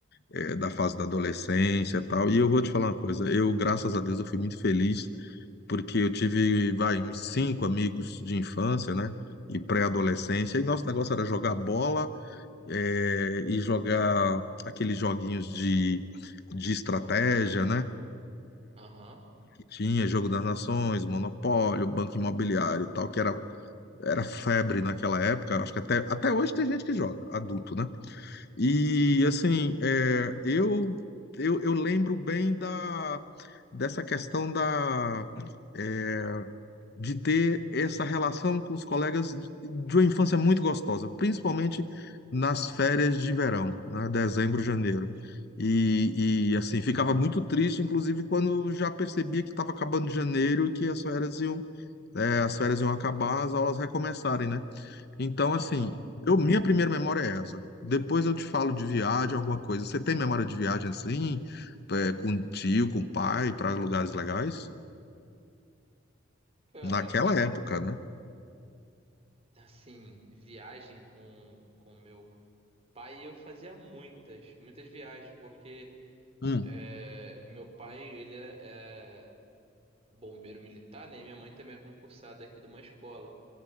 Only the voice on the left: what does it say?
É, da fase da adolescência e tal. E eu vou te falar uma coisa, eu, graças a Deus, eu fui muito feliz porque eu tive, vai, uns cinco amigos de infância, né? E pré-adolescência, e nosso negócio era jogar bola, eh, e jogar aqueles joguinhos de, de estratégia, né?
Que tinha Jogo das Nações, Monopólio, Banco Imobiliário, e tal, que era, era febre naquela época. Acho que até, até hoje tem gente que joga, adulto, né? E assim, eh, eu, eu, eu lembro bem da, dessa questão da, eh, de ter essa relação com os colegas de uma infância muito gostosa, principalmente nas férias de verão, né, dezembro, janeiro. E, e, assim, ficava muito triste, inclusive, quando já percebia que estava acabando janeiro e que as férias iam, é, as férias iam acabar, as aulas recomeçarem, né? Então,
assim, eu, minha primeira memória é essa. Depois eu te falo de viagem, alguma coisa. Você tem memória de viagem assim, é, com tio, com pai, para lugares legais?
Naquela época, né?
Hum.